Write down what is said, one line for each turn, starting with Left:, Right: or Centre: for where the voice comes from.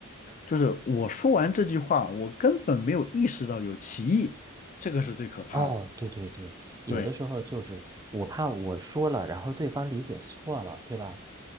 Left: 就是我说完这句话，我根本没有意识到有歧义，这个是最可怕的。
Right: 哦，对对对，有的时候就是我怕我说了，
Left: 对，
Right: 然后对方理解错了，对吧？